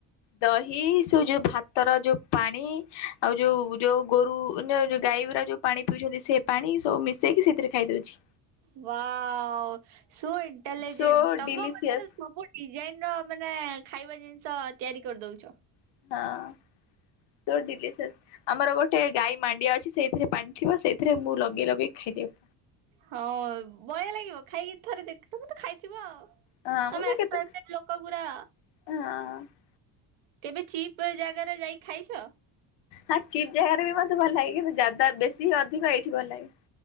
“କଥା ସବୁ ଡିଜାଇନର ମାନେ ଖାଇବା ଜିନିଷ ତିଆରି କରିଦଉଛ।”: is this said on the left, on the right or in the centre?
Right